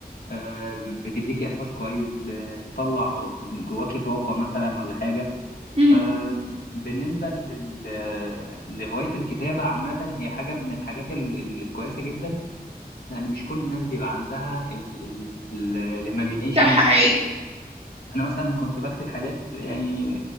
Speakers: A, on the left (about 70°); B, on the right (about 35°).
A: آم، بتديكي احساس كويس بتطلع جواكي طاقه مثلا ولا حاجه
B: امم
A: فبالنسبه لل... لهوايه الكتابه عامه هي حاجه من الحاجات ال- الكويسه جدا لان مش كل الناس بيبقى عندها الايماجينيشن
B: ده حقيقي
A: انا مثلا كنت بكتب حاجات يعني